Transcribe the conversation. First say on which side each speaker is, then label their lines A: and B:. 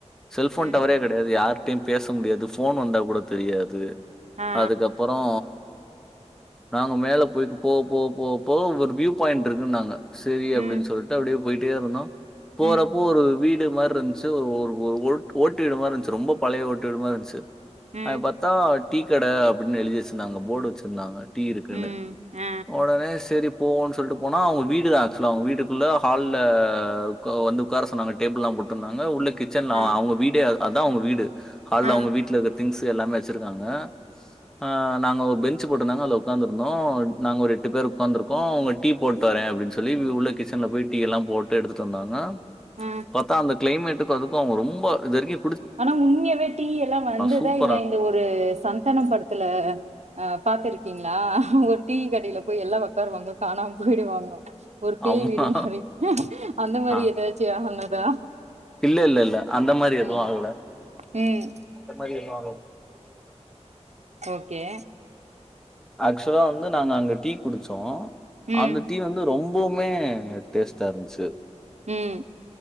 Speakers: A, in the centre; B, on the right.
A: செல்ஃபோன்
B: ம்.
A: டவரே கெடயாது யார்ட்டயு பேச முடியாது ஃபோன் வந்தா கூட தெரியாது
B: ஆ.
A: அதுக்கப்பறோ நாங்க மேல போய்க்கு போவ போவ போவ போவ ஒரு வியூ பாய்ண்ட் இருக்குன்னாங்க செரி அப்டின்
B: ம்.
A: சொல்ட்டு அப்டியே போய்ட்டேருந்தோ போறப்போ
B: ம்,
A: ஒரு வீடு மார் ருன்ச்சு ஒரு ஒரு ஒரு ஓட்டு வீடு மார்ருன்ச்சு ரொம்ப பழய ஓட்டு வீடு மார்ருன்ச்சு
B: ம்,
A: அத பாத்தா டீ கட அப்டினு எழுதி வெச்சிந்தாங்க போர்டு வெச்சிருந்தாங்க டீ இருக்குன்னு
B: ம். ஆ,
A: ஒடனே செரிப் போவோன் சொல்ட்டு போனா அவுங்க வீடு தா ஆக்சுலா அவுங்க வீட்டுக்குள்ள ஹால்ல உக்க வந்து உக்கார சொன்னாங்க டேபுள்ல்லா போட் ருந்தாங்க உள்ள கிச்சன்லா
B: ஆ,
A: அவுங்க வீடே அதா அவுங்க வீடு ஹால்ல
B: ஆ,
A: அவுங்க வீட்லக்க திங்ஸ்ஸு எல்லாமே வெச்சுருக்காங்க ஆ நாங்க ஒர் பென் ச்சு போட்டுந்தாங்க அதுல உக்காந்துந்தோ நாங் ஒரு எட்டு பேரு உக்காந்துருகோ அவுங்க டீ போட் தர அப்டின் சொல்லி உள்ள கிச்சன்ல போய்ட் டீ எல்லாம் போட்டு எடுத்துட்டு வந்தாங்க
B: ம்
A: பாத்தா அந்த க்ளைமேட்டுக்கு அதுக்கு ரொம்ப இதுவரைக்கு
B: ஆனா உண்மையாவே டீ எல்லா வந்துதா
A: சூப்பரா.
B: இல்ல இந்த ஒரு சந்தானோ படத்துல ஆ பாத்துருக்கிங்ளா ஒர் டீ கடைல போய் எல்லா ஒக்காருவாங்க காணாம போய்டுவாங்க ஒரு பேய்
A: ஆமா.
B: வீடு மாரி அந்த மாரி
A: ஆ.
B: எதாச்சி ஆனதா
A: இல்ல இல்ல இல்ல அந்த மாரி எதுவு
B: ம்,
A: ஆகல
B: ம்.
A: அந்த மாரி எதுவு ஆகல
B: ஓக்கே
A: ஆக்சுவலா வந்து நாங்க அங்க டீ குடிச்சோ
B: ம்,
A: அந்த டீ வந்து ரொம் போமே டேஸ்ட்டா இருன்ச்சு
B: ம்.